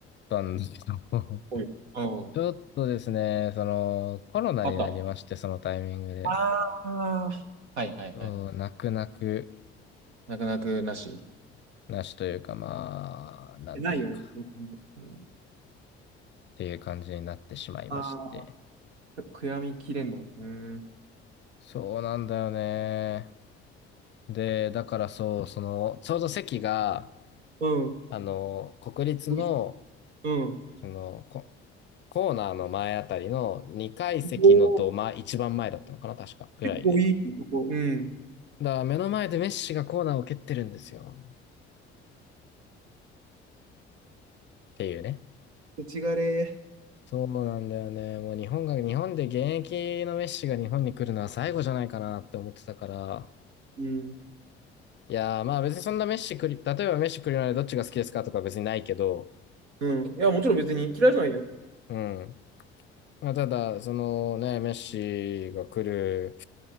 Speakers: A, on the left (about 35°); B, on the right (about 80°).
A: たんですけど。
B: おい。うん。
A: ちょっとですね、その、コロナになりまして、
B: あった。あ
A: そのタイミングで。
B: あ、はいはいはい。
A: そ泣く泣く
B: 泣く泣くなし。
A: なしというか、まあ、なんていうか、
B: ないよね。うん。
A: っていう感じになってしまいまして。
B: ああ、悔やみきれんの。うん。
A: そうなんだよね。で、だからそう、その、ちょうど席が、
B: うん。
A: あの、国立の、
B: おいうん。
A: その、ココーナーの前あたりの2階席のど真、
B: おー
A: 一番前だったのかな、確か、ぐらいで。
B: 結構いいとこ。うん。
A: だから目の前でメッシがコーナーを蹴ってるんですよ。っていうね。
B: 土ちがれ
A: そうなんだよね。もう日本が、日本で現役のメッシが日本に来るのは最後じゃないかなって思ってたから。
B: ー。うん。
A: いやー、まあ別にそんなメッシくり、例えばメッシ来るのでどっちが好きですかとか別にないけど、
B: うん。いや、もちろん別に嫌いじゃないよ。
A: うん。まあ、ただ、そのね、メッシが来る、